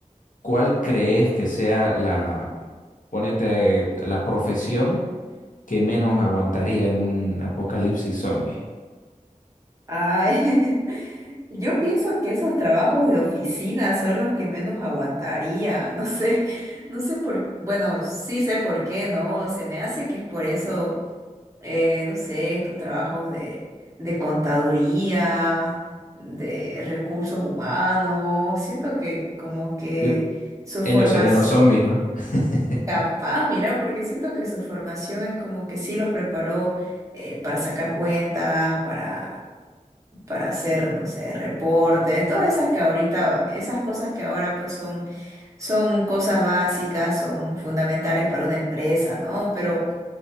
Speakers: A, on the left; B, on the right.
A: cuál crees que sea la, ponete, la profesión? que menos aguantaría en un apocalipsis zombie.
B: Ay. <laughs> Yo pienso que esos trabajos de oficina son los que menos aguantarían. <laughs> No sé, no sé por, bueno, sí sé por qué, ¿no? Se me hace que es por eso, eh, no sé, estos trabajos de, de contaduría, de recursos humanos. Siento que como que
A: Yo,
B: su
A: ellos
B: formación,
A: serían los zombies, ¿no? <laughs>
B: capaz, mira, porque siento que su formación es como que sí los preparó eh, para sacar cuentas, para para hacer, no sé, reportes, todas esas que ahorita, esas cosas que ahora pues son, son cosas básicas, son fundamentales para una empresa, ¿no? Pero